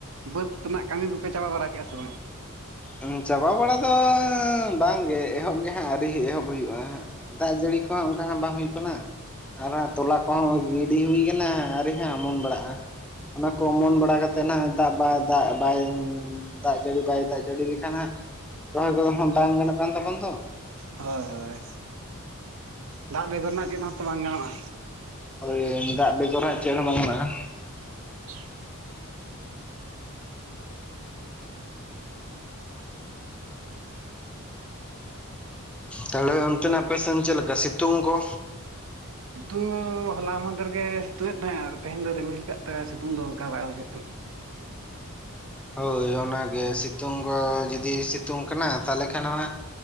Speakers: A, on the right; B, in the centre.
A: ᱵᱟᱹᱫᱽ ᱛᱮᱱᱟᱜ ᱠᱟᱹᱢᱤ ᱠᱚᱯᱮ ᱪᱟᱵᱟ ᱵᱟᱲᱟ ᱠᱮᱫᱮᱜᱼᱟ ᱥᱮ ᱵᱟᱝ?
B: ᱩᱸ ᱪᱟᱵᱟ ᱵᱟᱲᱟ ᱫᱚᱻ ᱵᱟᱝ ᱜᱮ ᱮᱦᱚᱵ ᱜᱮ ᱦᱟᱸᱜ ᱟᱹᱣᱨᱤ ᱮᱦᱚᱵ ᱦᱩᱭᱩᱜᱼᱟ ᱦᱟᱸᱜ᱾ ᱫᱟᱜ ᱡᱟᱹᱲᱤ ᱠᱚᱦᱚᱸ ᱚᱱᱠᱟ ᱦᱟᱸᱜ ᱵᱟᱝ ᱦᱩᱭᱩᱜ ᱠᱟᱱᱟ᱾ ᱟᱨ ᱦᱟᱸᱜ ᱛᱚᱞᱟ ᱠᱚᱦᱚᱸ ᱜᱤᱰᱤ ᱦᱩᱭ ᱠᱟᱱᱟ ᱦᱟ ᱟᱣᱨᱤ ᱦᱟᱸᱜ ᱚᱢᱚᱱ ᱵᱟᱲᱟᱜᱼᱟ, ᱚᱱᱟ ᱠᱚ ᱚᱢᱚᱱ ᱵᱟᱲᱟ ᱠᱟ ᱛᱮ ᱱᱟᱦᱜ ᱫᱟᱜᱽ ᱵᱟ ᱫᱟᱜᱽ ᱵᱟᱭ ᱫᱟᱜᱽ ᱡᱟᱹᱲᱤ ᱵᱟᱭ ᱫᱟᱜᱽ ᱡᱟᱹᱲᱤ ᱞᱮᱠᱷᱟᱱ ᱦᱟᱸᱜ ᱨᱚᱦᱚᱭ ᱠᱚᱫᱚ ᱵᱟᱝ ᱜᱟᱱᱚᱜ ᱠᱟᱱ ᱛᱟᱵᱚᱱ ᱫᱚ
A: ᱦᱚᱭ ᱼ ᱦᱚᱭ ᱫᱟᱜ ᱵᱮᱜᱚᱨ ᱱᱟᱦᱜ ᱪᱮᱫ ᱦᱚᱸᱛᱚ ᱵᱟᱝ ᱜᱟᱱᱚᱜᱼᱟ
B: ᱦᱚᱭ ᱫᱟᱜ ᱵᱮᱜᱚᱨ ᱦᱟᱸᱜ ᱪᱮᱫ ᱦᱚᱸ ᱵᱟᱝ ᱜᱟᱱᱚᱜᱼᱟ
A: <inaudible>
B: ᱛᱟᱦᱞᱮ ᱚᱱᱛᱮᱱᱟᱜᱼᱟ ᱟᱯᱮ ᱥᱮᱱ ᱪᱮᱜ ᱞᱮᱠᱟ ᱥᱤᱛᱩᱝ ᱠᱚ?
A: ᱛᱩ ᱦᱚᱞᱟ ᱢᱟᱦᱫᱮᱨ ᱜᱮ ᱥᱤᱛᱩᱝ ᱮᱫ ᱛᱟᱦᱮᱸᱜ ᱼ ᱟ ᱟᱨ ᱛᱮᱦᱮᱧ ᱫᱚᱭ ᱨᱤᱢᱤᱞ ᱠᱟᱜ ᱛᱮᱭ ᱥᱤᱛᱩᱝ ᱫᱚ ᱚᱱᱠᱟ ᱵᱟᱭ ᱵᱩᱡᱷᱟᱹᱜ ᱠᱟᱱᱟ
B: ᱦᱚᱭ ᱚᱱᱟᱜᱮ ᱥᱤᱛᱩᱝ ᱜᱚ ᱡᱩᱫᱤ ᱥᱤᱛᱩᱝ ᱠᱟᱱᱟ ᱛᱟᱦᱚᱞᱮ ᱠᱷᱟᱱ ᱱᱚᱣᱟ